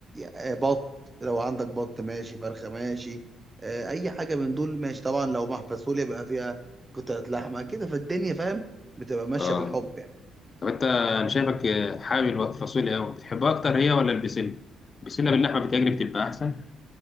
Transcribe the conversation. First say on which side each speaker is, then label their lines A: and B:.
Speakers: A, on the right; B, on the left.
A: آه، بط لو عندك بط ماشي فرخه ماشي آه، اي حاجه من دول ماشي طبعا لو مع فاصوليا بقى فيها قطعه لحمه كده فالدنيا فاهم بتبقى ماشيه
B: اه
A: بالحب يعني
B: طب انت انا شايفك حابب الفاصوليا قوي بتحبها اكتر هي ولا البسله البسله باللحمه بتجري بتبقى احسن